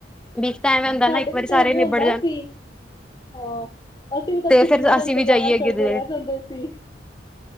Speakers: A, in the centre; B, on the left.
A: ਵੀ ਤਾਂ ਐਵੇਂ ਹੁੰਦਾ
B: ਸਾਡੇ
A: ਨਾ ਇੱਕ
B: ਵੀ
A: ਵਾਰੀ
B: ਤਾਂ
A: ਸਾਰੇ
B: ਐਵੇਂ
A: ਨਿਬੜ
B: ਹੁੰਦਾ
A: ਜਾਣ
B: ਸੀ ਹਾਂ ਅਸੀਂ ਵੀ ਤਾਂ
A: ਤੇ
B: ਛੁੱਟੀਆਂ
A: ਫਿਰ
B: ਦਾ
A: ਅਸੀਂ
B: ਇੰਤਜ਼ਾਰ
A: ਵੀ ਜਾਈਏ ਅੱਗੇ
B: ਕਰਦੇ
A: ਦੇ
B: ਰਹਿ ਜਾਂਦੇ ਸੀ।